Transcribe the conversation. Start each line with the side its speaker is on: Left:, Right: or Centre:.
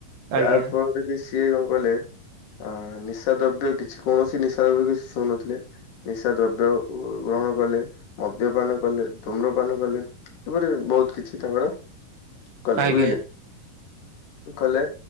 Right: ଆଜ୍ଞା ଆଜ୍ଞା
Left: ଯାହା ଫଳ ବାକି ସିଏ କଣ କଲେ ଆ ନିଶା ଦ୍ରବ୍ୟ କିଛି କୌଣସି ନିଶା ଦ୍ରବ୍ୟ କିଛି ଚ୍ଛୁଁ ନଥିଲେ। ନିଶା ଦ୍ରବ୍ୟ ଗ୍ରହଣ କଲେ ମଦ୍ୟପାନ କଲେ, ତମ୍ରପାନ କଲେ। ତା ପରେ ବହୁତ କିଛି ତାଙ୍କର କଲେ।
Right: ଆଜ୍ଞା।
Left: ବୁଝିଲେ? କଲେ